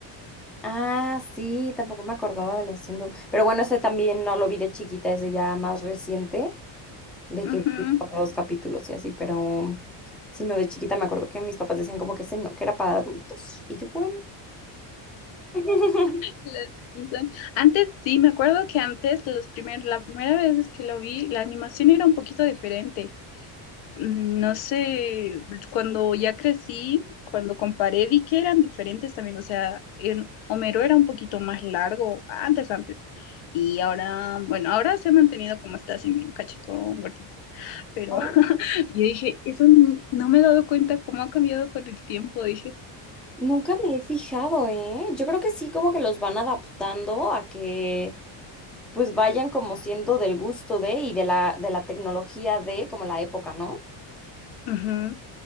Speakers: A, in the centre; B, on the left (about 75°).
A: Ah, sí, tampoco me acordaba de los Simpsons. Pero bueno, ese también no lo vi de chiquita, ese ya más reciente. de
B: Ujú,
A: que vi como dos capítulos y así, pero sino de chiquita me acuerdo que mis papás decían como que ese no, que era para adultos. Y yo, bueno. <laughs>
B: Los Simpson. Antes sí, me acuerdo que antes los primer, la primera vez que lo vi, la animación era un poquito diferente. mm, no sé, cuando ya crecí, cuando comparé, vi que eran diferentes también, o sea, el Homero era un poquito más largo, antes, antes, y ahora, bueno, ahora se ha mantenido como está, así medio cachetón, gordito, pero
A: Oh,
B: <laughs> yo dije, eso no, no me he dado cuenta cómo ha cambiado con el tiempo, dije.
A: Nunca me he fijado, ¿eh? Yo creo que sí, como que los van adaptando a que pues vayan como siendo del gusto de y de la, de la tecnología de como la época, ¿no?
B: Ujú.